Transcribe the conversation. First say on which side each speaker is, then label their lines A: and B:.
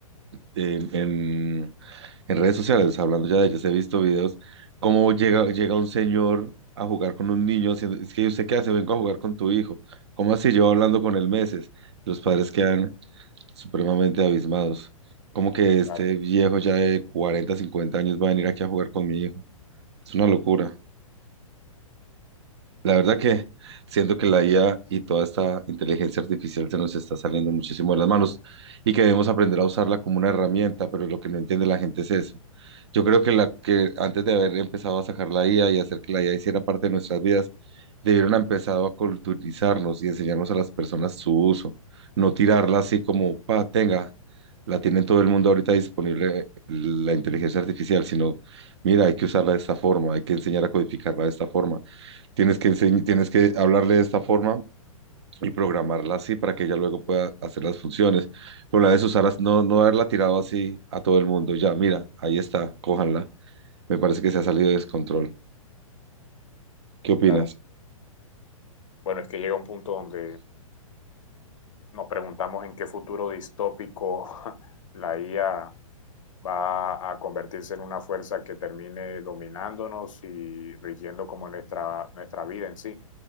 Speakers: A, on the right (about 50°); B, on the left (about 60°).
A: en, en- en redes sociales, hablando ya de ellas, he visto videos cómo llega, llega un señor a jugar con un niño, haciendo, es que usted qué hace, vengo a jugar con tu hijo. ¿Cómo así? Llevo hablando con él meses. Los padres quedan supremamente abismados. Como que este
B: claro,
A: viejo ya de 40 50 años va a venir aquí a jugar con mi hijo. Es una locura. La verdad que siento que la IA y toda esta inteligencia artificial se nos está saliendo muchísimo de las manos y que debemos aprender a usarla como una herramienta, pero lo que no entiende la gente es eso. Yo creo que la que antes de haber empezado a sacar la IA y hacer que la IA hiciera parte de nuestras vidas, debieron haber empezado a culturizarnos y enseñarnos a las personas su uso, no tirarla así como, pa, tenga, la tiene todo el mundo ahorita disponible la inteligencia artificial, sino, mira, hay que usarla de esta forma, hay que enseñar a codificarla de esta forma Tienes que enseñ- tienes que hablarle de esta forma y programarla así para que ella luego pueda hacer las funciones. Pero la de Susana, no, no haberla tirado así a todo el mundo. Ya, mira, ahí está, cójanla. Me parece que se ha salido de descontrol. ¿Qué opinas?
B: claro. Bueno, es que llega un punto donde nos preguntamos en qué futuro distópico <laughs> la IA va a convertirse en una fuerza que termine dominándonos y rigiendo como nuestra, nuestra vida en sí.